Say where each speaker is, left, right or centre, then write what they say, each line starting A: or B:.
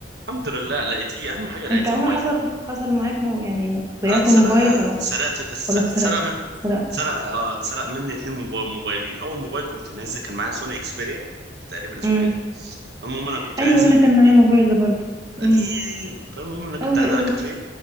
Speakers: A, on the right; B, on the right.
A: الحمد لله لقيتيه اهم حاجه لقيت
B: انت عمر
A: الموبايل
B: حصل حصل معاك مو يعني ضيعت
A: انا اتسرق
B: موبايل
A: أنا
B: او
A: اتسرقت اتس-
B: ولا
A: اتسرق
B: اتسرقت
A: من
B: اتسرقت
A: اتسرق اه اتسرق مني اتنين موباي- موبايلين اول موبايل كنت نازل كان معايا سوني اكسبيريا تقريبا اسمه
B: امم
A: كده المهم انا كنت
B: ايوه
A: نازل
B: انا كان معايا الموبايل ده برضو
A: قديم
B: امم
A: فالمهم انا كنت
B: قوي
A: قاعد على
B: قوي
A: كافيه